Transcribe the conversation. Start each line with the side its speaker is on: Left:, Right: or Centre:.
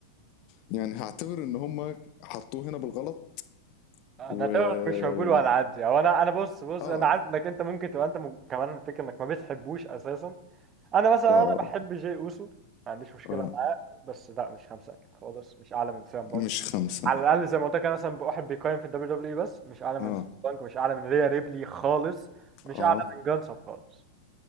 Left: يعني هعتبر ان هم حطوه هنا بالغلط
Right: انا
Left: و
Right: تمام
Left: اه
Right: مش هقول ولا عدي او انا انا بص بص
Left: اه
Right: انا عارف انك انت ممكن تبقى انت م... كمان الفكره انك ما بتحبوش اساسا انا مثلا
Left: اه
Right: انا بحب جاي اوسو ما عنديش مشكله
Left: آه،
Right: معاه بس لا مش خمسه اكيد خالص مش اعلى من سام بانك
Left: مش خمسة
Right: على الاقل زي ما قلت لك انا مثلا واحد بيقيم في الدبليو دبليو اي بس مش اعلى
Left: اه
Right: من سام بانك مش اعلى من ريا ريبلي خالص مش
Left: اه
Right: اعلى من جانسب خالص